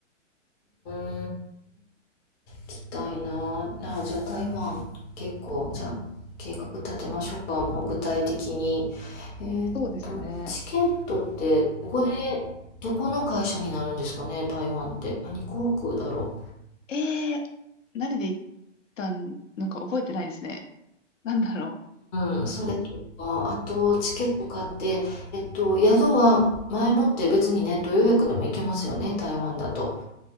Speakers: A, on the left (about 20°); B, on the left (about 75°).
A: ん、行きたいな。あ、じゃあ台湾、結構、じゃあ計画立てましょうか、もう具体的に。えーっと、
B: そうですね。
A: チケットって、どこで、どこの会社になるんですかね、台湾って。何航空だろ
B: えー、何で行ったのか覚えてないですね。なんだろう。
A: う。うん、それとか、あと、チケット買って、えっと、宿は前もって別にネット予約でも行けますよね、台湾だと。